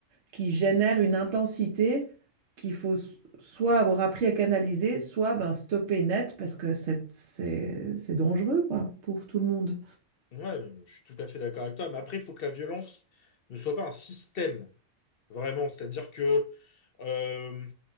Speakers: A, on the right; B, on the left.
A: qui génère une intensité qu'il faut s- soit avoir appris à canaliser, soit ben, stopper net parce que c'est c'est- c'est dangereux quoi, pour tout le monde.
B: Ouais, je suis tout à fait d'accord avec toi. Mais après, il faut que la violence ne soit pas un système, vraiment. C'est-à-dire que Euh,